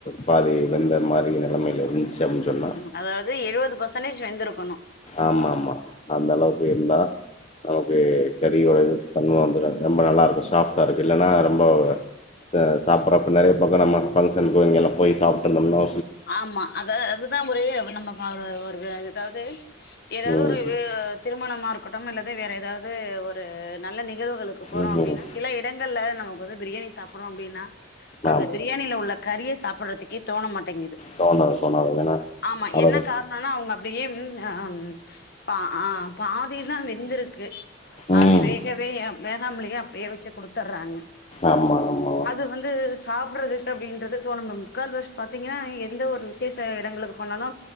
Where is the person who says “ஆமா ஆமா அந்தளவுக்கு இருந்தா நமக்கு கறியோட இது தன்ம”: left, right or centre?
Left